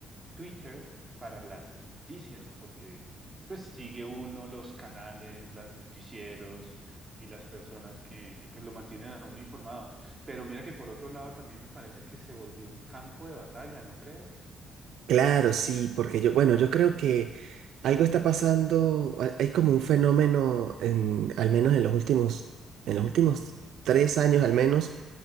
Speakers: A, on the right; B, on the right.
A: Twitter para las noticias, porque pues sigue uno los canales, las noticieros y las personas que, que pues lo mantienen a uno informado. Pero mira que por otro lado también me parece que se volvió un campo de batalla, ¿no crees?
B: Claro, sí, porque yo, bueno, yo creo que algo está pasando, ha- hay como un fenómeno en, al menos en los últimos, en los últimos tres años al menos,